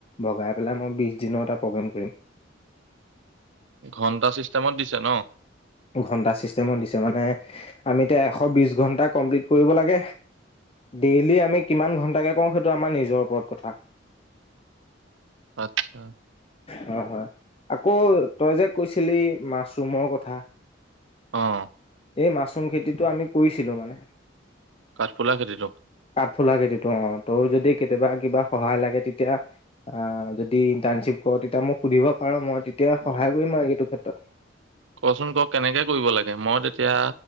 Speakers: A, on the left; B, on the right.
A: ভগাই পেলাই মই বিশ দিনৰ এটা প্ৰগ্ৰেম কৰিম।
B: ঘন্টা চিষ্টেমত দিছে ন?
A: ঘণ্টা ছিষ্টেমত দিছে মানে আমি এতিয়া এশ বিছ ঘণ্টা কমপ্লিট কৰিব লাগে, ডেইলি আমি কিমান ঘণ্টাকে কওঁ সেইটো আমাৰ নিজৰ ওপৰত কথা।
B: আচ্ছা।
A: হয় হয় আকৌ তই যে কৈছিলি মাছৰুমৰ কথা।
B: আঁ।
A: এই মাছৰুম খেতিটো আমি, কৰিছিলো মানে।
B: কাঠফুলা খেতিটো
A: কাঠফুলা খেতিটো অ, তোৰ যদি কেতিয়াবা কিবা সহায় লাগে। তেতিয়া আহ যদি ইণ্টাৰ্ণশিপ কৰ, তেতিয়া মই সুধিব পাৰো মই। তেতিয়া সহায়
B: অ
A: কৰিম আৰু এইটো ক্ষেত্ৰত। তাত।
B: কচোন ক কেনেকে কৰিব লাগে, মই তেতিয়া